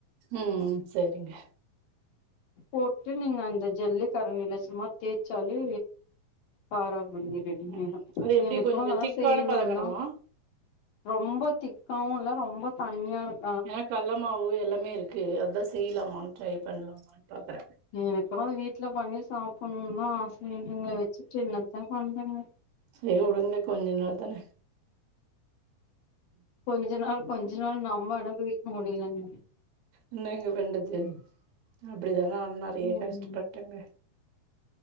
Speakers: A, on the right; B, on the left.
A: ம் சரிங்க
B: போட்டு நீங்க அந்த ஜல்லி கரண்டில சும்மா தேய்ச்சாலே காரா பூந்தி ரெடி
A: ம்
B: ஆய்டு
A: அது எப்டி
B: எனக்கு
A: கொஞ்சோ
B: அதா
A: திக்கான
B: செய்யுனுனா
A: பதங்கணுமா
B: ரொம்ப திக்காவு இல்ல ரொம்ப தண்ணியாருக்
A: னா கள்ள மாவு எல்லாமே இருக்கு அதா செய்லாமான் ட்ரை பண்லாமான் பாக்குர
B: எனக்கு அத வீட்ல பண்ணி சாப்ணுனுதா ஆச இதுங்கள வச்சுட்டு என்னத்த பண்ணனு
A: சேரி உடுங்க கொஞ்சோ நாள் தான
B: கொஞ்ச நாள் கொஞ்ச நாள் நம்ம அனுபவிக்க முடியலங்க
A: என்னங்க பண்றது அப்படிதான ஆட்னாரு நெறய
B: ம்
A: கஷ்டப்பட்டேங்க